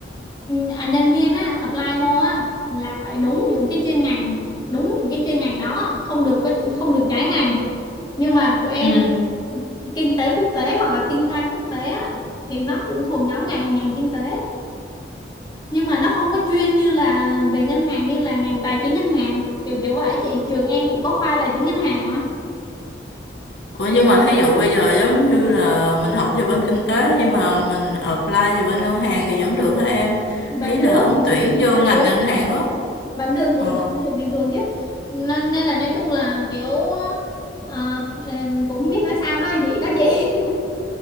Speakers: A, on the left; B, on the left.
A: à, nhân viên á apply vô á là phải đúng những cái chuyên ngành đúng những cái chuyên ngành đó không được có không được trái ngành nhưng mà của em
B: Ừ.
A: là kinh tế quốc tế hoặc là kinh doanh quốc tế á, thì nó cũng thuộc nhóm ngành ngành kinh tế nhưng mà nó không có chuyên như là về ngân hàng như là ngành tài chính ngân hàng kiểu kiểu vậy chị trường em cũng có khoa tài chính ngân hàng mà
B: Ủa nhưng mà thí dụ bây giờ giống như là mình học về bên kinh tế nhưng mà mình apply về bên ngân hàng thì vẫn được hả em?
A: vẫn
B: Ý
A: được
B: là ứng tuyển vô
A: vẫn
B: ngành
A: được
B: ngân hàng á.
A: vẫn được
B: Ờ.
A: chị vẫn được bình thường chứ nên, nên là nói chung là kiểu ờ, em cũng không biết nói sao nói gì đó chị